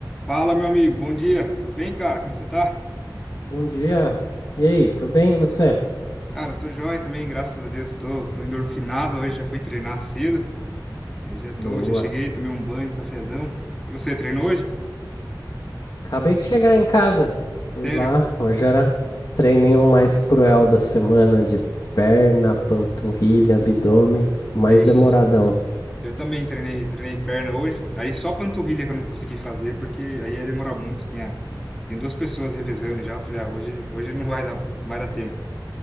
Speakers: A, in the centre; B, on the left (about 55°).
A: Fala, meu amigo, bom dia. Tudo bem, cara? Como que você tá?
B: Bom dia. E aí, tudo bem e você?
A: Cara, eu tô joia também, graças a Deus. Tô, tô endorfinado hoje, já fui treinar cedo. Aí já tô,
B: Boa.
A: já cheguei, tomei um banho, um cafezão. E você treinou hoje?
B: Acabei de chegar em casa.
A: Sério?
B: Fui lá. Hoje era o treininho mais cruel da semana de perna, panturrilha, abdômen, mais
A: Ixi,
B: demoradão.
A: eu também treinei, treinei perna hoje. Aí só panturrilha que eu não consegui fazer, porque aí ia demorar muito. Tinha, tinha duas pessoas revezando já. Eu Falei, ah, hoje, hoje não vai dar, pra- não vai dar tempo.